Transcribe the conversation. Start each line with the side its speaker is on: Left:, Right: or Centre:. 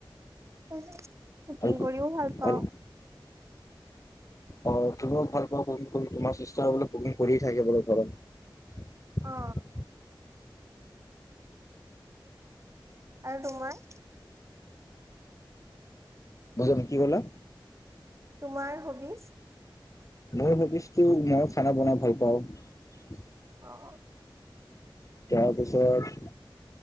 Right: <unintelligible> কুকিং
Left: আৰু
Right: কৰিও ভাল পাওঁ
Left: আৰু
Right: ।
Left: অ' তুমিও ভাল পোৱা কুকিং কৰি, তোমাৰ চিষ্টাৰো বোলে কুকিং কৰিয়ে থাকে বোলে ঘৰত
Right: অ
Left: ।
Right: আৰু তোমাৰ?
Left: বুজাম, কি ক'লা?
Right: তোমাৰ হবিচ?
Left: মোৰ হবিছ মই খানা বনাই ভাল পাওঁ ।
Right: অ
Left: তাৰপিছত,